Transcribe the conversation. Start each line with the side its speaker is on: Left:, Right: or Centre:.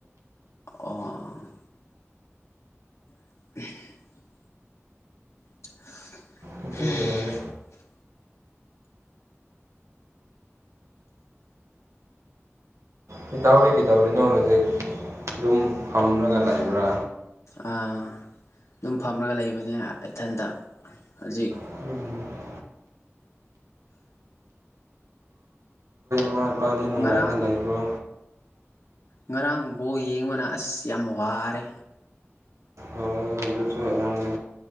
Left: ꯑꯣ <unintelligible> ꯎꯝ
Right: ꯑꯗꯨꯒꯤꯅꯤꯅꯦ ꯀꯤꯇꯧꯔꯤ ꯀꯩꯗꯧꯔꯤꯅꯣ ꯍꯧꯖꯤꯛ ꯑꯗꯨꯝ ꯐꯝꯔꯒ ꯂꯩꯕ꯭ꯔꯥ
Left: ꯑꯥ ꯑꯗꯨꯝ ꯐꯝꯔꯒ ꯂꯩꯕꯅꯦ ꯏꯊꯟꯇ ꯍꯧꯖꯤꯛ
Right: ꯑꯩꯈꯣꯏ ꯏꯃꯥ ꯏꯄꯥꯗꯤ ꯅꯨꯡꯉꯥꯏꯅ
Left: ꯉꯔꯥꯡ
Right: ꯂꯩꯕ꯭ꯔꯣ
Left: ꯉꯔꯥꯡ ꯕꫭꯜ ꯌꯦꯡꯕꯅ ꯑꯁ ꯌꯥꯝ ꯋꯥꯔꯦ
Right: ꯑꯣ ꯑꯗꯨꯁꯨ ꯃꯌꯥꯝꯒꯤ